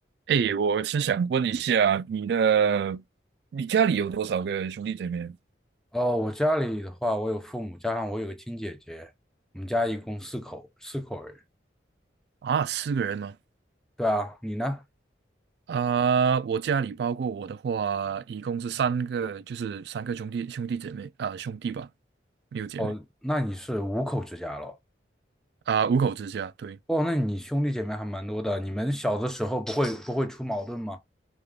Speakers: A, on the right; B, in the centre.
A: 哎，我是想问一下，你的，你家里有多少个兄弟姐妹？
B: 哦，我家里的话，我有父母，加上我有个亲姐姐，我们家一共四口，四口人。
A: 啊，四个人吗？
B: 对啊，你呢？
A: 啊、我家里包括我的话，一共是三个，就是三个兄弟兄弟姐妹啊、兄弟吧，没有姐妹
B: 哦，那你是五口之家咯。
A: 啊、五口之家。对，
B: 哦，那你兄弟姐妹还蛮多的。你们小的时候不会不会出矛盾吗？